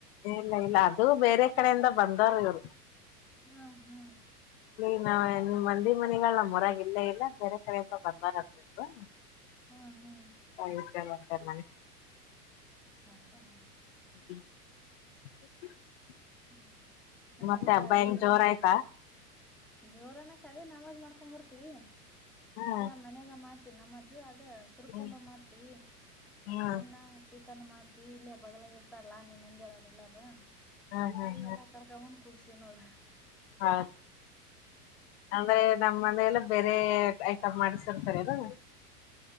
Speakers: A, on the left; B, in the centre.
A: ಇಲ್ಲ ಇಲ್ಲ ಅದು ಬೇರೆ ಕಡೆಯಿಂದ ಬಂದಾರ ಇವ್ರು.
B: ಹಾ ಹಾ
A: ಹಮ್ ನಿಮ್ಮಂದಿ ಮನಿಗಳು ನಮ್ಮೂರಾಗ ಇಲ್ಲ ಇಲ್ಲ ಬೇರೆ ಹಮ್ ಬಂದಾರ್ ಅಂತ ಇವರು,
B: ಹಾ ಹಾ
A: <unintelligible> ತತ್ ನಾಯಿ
B: ಹೌದಾ.
A: <inaudible>
B: ಹ್ಮ ನನ್
A: ಮತ್ತೆ
B: ಊಟ
A: ಹಬ್ಬ ಹೆಂಗ್
B: ಈಗಾಗೈತೆ.
A: ಜೋರ್ ಆಯ್ತಾ
B: ಜೋರ್ ಅನಕ್ ಅದೇ ನಮಾಜ್ ಮಾಡ್ಕೊಂಡ್ ಬರ್ತೀವಿ,
A: ಹ್ಮ್
B: ಇಲ್ಲ ಮನೆಗೆ ಮಾಡ್ತೀವಿ ನಮಾಜ್, ಅದೇ ಸುರಕುಂಭ
A: ಹ್ಮ್
B: ಮಾಡ್ತೀವಿ.
A: ಹ್ಮ್
B: ಅಣ್ಣ ಚಿಕನ್ ಮಾಡ್ತೀವಿ, ಇಲ್ಲೇ ಬಗ್ಲಾಗ ಇರ್ತಾರಲ್ಲಾ ನಿಮ್ ಮಂದೇವ್ರು ಅವ್ರು ಎಲ್ಲಾರು,
A: ಹ್ಮ್
B: ಅವ್ರಿಗೆಲ್ಲಾ ಕರ್ಕೊಂದ್ ಬಂದು ಕುಡ್ಸಿ ತಿನ್ನೋದ
A: ಹಾ ಅಂದ್ರ ಏನ್? ನಮ್ಮ ಮನೇಲಿ ಬೇರೆ ಐಟಮ್ ಮಾಡ್ಸಿರ್ತಾರೇನೂ?